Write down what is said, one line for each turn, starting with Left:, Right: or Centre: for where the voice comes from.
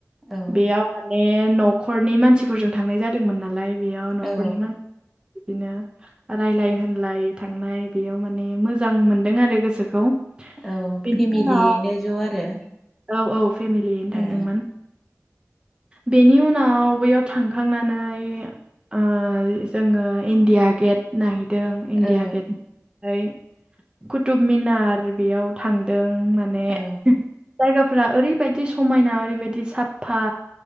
Centre: औ
Right: बेयाव माने न'खरनि मानसिफोरजों थांनाय जादोंमोन नालाय बेयाव न'खरनि
Centre: औ
Right: मानसि बिदिनो रायलाय होनलाय थांनाय बेयाव माने मोजां मोनदों आरो गोसोखौ।
Centre: औ
Right: बेनि
Centre: फेमिलियैनो
Right: उनाव
Centre: ज' आरो।
Right: औ औ फेमिलियैनो थांदोंमोन।
Centre: ए
Right: बेनि उनाव बैयाव थांखांनानै ओ जोङो इण्डिया गेट नायहदों इण्डिया
Centre: औ
Right: गेट ओफ्राय कुथुबमनार बेयाव थांदों माने
Centre: औ
Right: जायगाफोरा ओरैबायदि समायना ओरैबायदि साफा